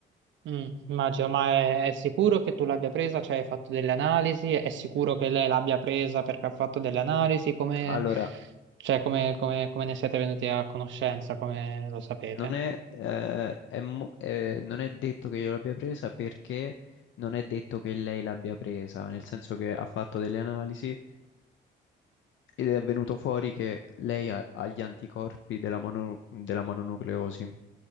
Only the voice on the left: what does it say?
Allora,
non è, eh, è mo- eh, non è detto che io l'abbia presa perché non è detto che lei l'abbia presa, nel senso che ha fatto delle analisi. Ed è venuto fuori che lei ha, ha gli anticorpi della, mono- della mononucleosi,